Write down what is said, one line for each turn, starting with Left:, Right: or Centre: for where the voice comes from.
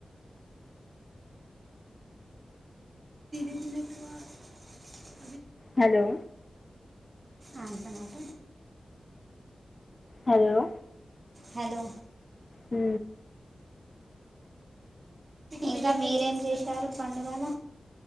Right: బీటువ
Left: హలో
Right: ఆ బనట
Left: హల్లో
Right: హలో
Left: మ్
Right: ఇంకా మీరేం చేశారు పండుగల?